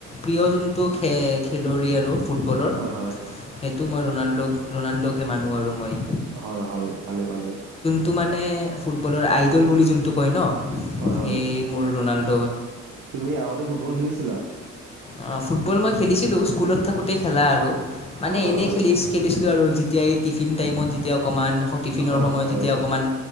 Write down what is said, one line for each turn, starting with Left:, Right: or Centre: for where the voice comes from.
Left: প্ৰিয় যোনটো খেল খেলুৱৈ আৰু ফুটবলৰ
Right: হয় হয়
Left: সেইটো মই ৰণাল্ডো ৰণাল্ডকে মানো আৰু মই
Right: হয় হয় ভালে ভালে
Left: টো মানে ফুটবলৰ আইডল বুলি যোনটো কয় ন
Right: হয়
Left: সেই
Right: হয়
Left: মোৰ ৰোনাল্ড
Right: তুমি আগতে ফুটবল খেলিছিলা
Left: অ ফুটবল মই খেলিছিলো স্কুলত থাকোঁতে খেলা আৰু মানে
Right: হয়
Left: এনেই
Right: হয়
Left: খেলি খেলিছিলো জিকিলো আৰু যেতিয়া এই টিফিন টাইমত যেতিয়া অকণমান টিফিনৰ
Right: হয়
Left: সময়ত
Right: হয়
Left: যেতিয়া অকণমান